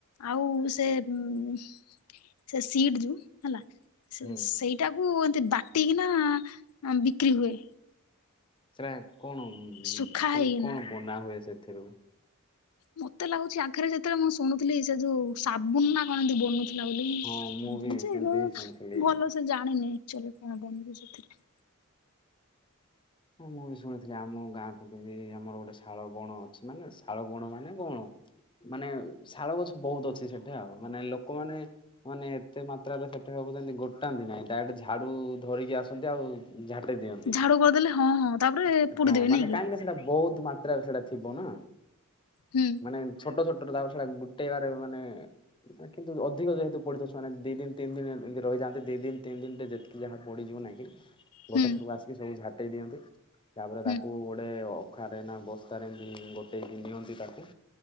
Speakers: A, on the left; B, on the left.
A: ଆଉ ସେ ମ୍ ସେ ସିଡ ଯୋଉ ହେଲା ସେ
B: ହୁଁ।
A: ସେଇଟାକୁ ଏମିତି ବାଟିକିନା ବିକ୍ରି ହୁଏ।
B: ସେଟା କଣ ମାନେ
A: ଶୁଖା ହେଇକିନା।
B: କଣ ବନା ହୁଏ ସେଥିରୁ?
A: ମତେ ଲାଗୁଛି ଆଗରେ ଯେତେବେଳେ ମୁଁ ଶୁଣୁଥିଲି ସେ ଯୋଉ ସାବୁନା ନା କଣ ଏତି ବନୁ ଥିଲାବୋଲି
B: ହଁ ମୁଁ ବି
A: ଥିଲି ଯେ
B: ସେମିତି
A: ଏବଂ
B: ହିଁ ଶୁଣିଥିଲି।
A: ଭଲ ସେ ଜାଣିନି ଆଚୁଆଲି କଣ ବନିବ ସେଥିରେ।
B: ହଁ ମୁଁ ବି ଶୁଣିଥିଲି ଆମ ଗାଁ ପଟେ ବି ଆମର ଗୋଟେ ଶାଳ ବଣ ଅଛି ମାନେ ଶାଳ ବଣ ମାନେ ବଣ। ମାନେ ଶାଳ ଗଛ ବହୁତ ଅଛି ସେଠେ ଆଉ ମାନେ ଲୋକମାନେ ମାନେ ଏତେ ମାତ୍ରାରେ ସେଠେ ହବ ଯେତି ଗୋଟାନ୍ତି ନାହିଁ ଡାଇକ୍ଟ ଝାଡୁ ଧରିକି ଆସନ୍ତି ଆଉ ଝାଟି ଦିଅ
A: ଝାଡୁ କରିଦେଲେ ହଁ ହଁ ତାପରେ ପୋଡିଦେବେ
B: ହଁ ମାନେ
A: ନାଇଁ କି
B: କାହିଁକି ନା ସେଟା ବହୁତ ମାତ୍ରାରେ ସେଟା ଥିବ ନା,
A: ହୁଁ।
B: ମାନେ ଛୋଟ ଛୋଟ ତାପରେ ସେଟା ଗୋଟେବାରେ ମାନେ ନା କିନ୍ତୁ ଅଧିକ ଯେହେତୁ ପଡିଥାଏ ସେମାନେ ଦି ଦିନ ତିନ ଦିନ ଏମିତି ରହିଯାଆନ୍ତି ଦି ଦିନ ତିନ ଦିନ ରେ ଯେତିକି ଯାହା ପଡିଯିବ ନାଇଁ କି
A: ହୁଁ
B: ଗୋଟେ ଥରକୁ ଆସିକି ସବୁ ଝାଟେଇ ଦିଅନ୍ତି ତାପରେ
A: ହୁଁ
B: ତାକୁ ଗୋଟେ ଅ ଖାରେ ନା ବସ୍ତାରେ ଏମିତି ଗୋଟେଇକି ନିଅନ୍ତି ତାକୁ।